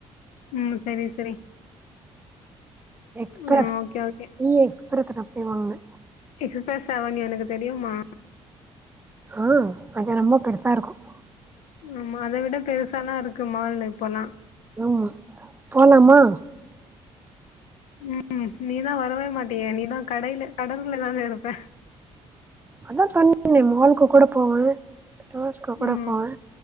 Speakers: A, on the left; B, on the right.
A: ம் சரி சரி
B: எக்ஸ்பிரஸ்
A: ம் ஓகே ஓகே
B: இ எக்ஸ்பிரஸ்ல போய் வாங்குனே
A: க்ரிப்டா செவன் எனக்கு தெரியும்மா
B: ஆ அது ரொம்ப பெருசா இருக்கும்
A: ஆமா அத விட பெருசாலா இருக்கு மால் இப்பல்லா
B: ஆமா போலாமா
A: ம் நீதா வரவே மாட்டியே நீதா கடையில கடல்தானே இருப்ப
B: அதா பண்ணுவேனே மால்க்கு கூட போவ ரோஸ்க்குகூட
A: ம்
B: போவே